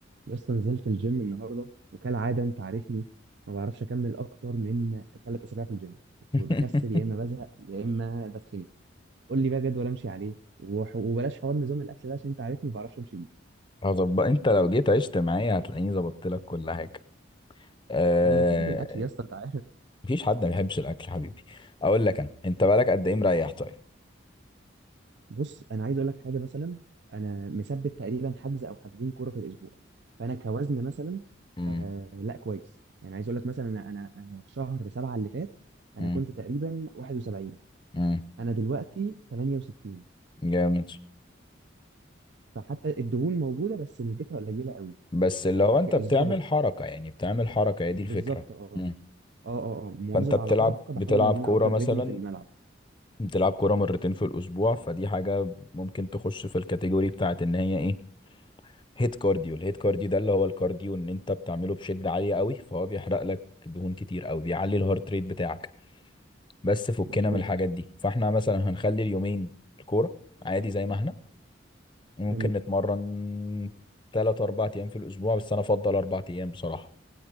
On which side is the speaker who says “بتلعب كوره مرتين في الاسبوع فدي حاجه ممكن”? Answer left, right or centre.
Left